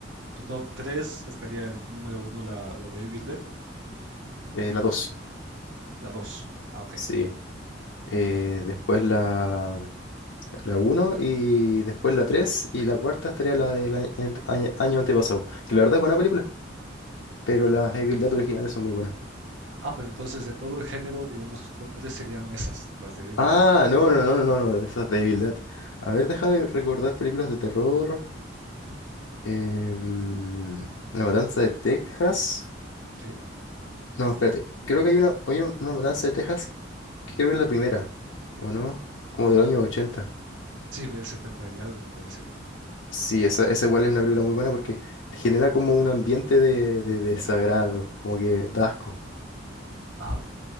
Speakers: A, on the right; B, on the left.
A: tu top 3 estaría el número uno, la, la de Evil Dead,
B: Eh, la dos
A: la 2. Ah, ok.
B: sí. Eh, después la, la uno y después la tres y la cuarta estaría la del año, año- año antepasado, que la verdad es buena película, pero las Evil Dead originales son muy buenas.
A: Ah, pero entonces de todo el género, digamos, tu top 3 serían esas, las de Evil
B: Ah,
A: Dead, o...
B: no, no, no, no, no, no, de esas de Evil
A: ¿no?
B: Dead. A ver, déjame recordar películas de terror.
A: Ujú,
B: Eh, mm, La Matanza de Texas.
A: ok.
B: No, espérate, creo que hay una, hay una una Matanza de Texas Creo que es la primera, ¿o no? Como del año ochenta
A: Sí, de 70 y algo me parece que es.
B: Sí, esa, esa igual es una película muy buena porque te genera como un ambiente de, de desagrado, como que da asco.
A: Ajá.